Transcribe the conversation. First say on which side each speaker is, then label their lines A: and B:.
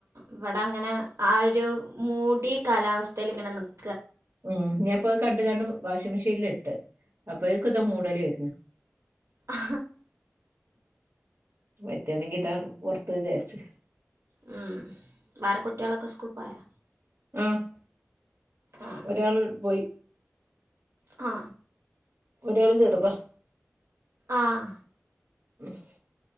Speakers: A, on the right; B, on the right.
A: ഇവടെ അങ്ങനെ ആ ഒരു മൂടി കാലാവസ്തേൽങ്ങനെ നിക്ക്
B: മ് ഞാപ്പത് കണ്ട്കാണ്ട് വാഷിം മെഷീനൽ ഇട്ട് അപ്പൊയേക്ക് ഇതാ മൂടല് വര്ന്നു
A: ആ
B: പറ്റാണങ്കി താ പൊറത്ത് താചാരിച്ച്
A: മ് വേറെ കുട്ടിയാളൊക്കെ സ്കൂൾക്ക് പോയാ
B: ആഹ്
A: ഉം.
B: ഒരാൾ പോയി
A: ആ
B: ഒരാള് ചെറുതാ
A: ആഹ്
B: ഉംഹ്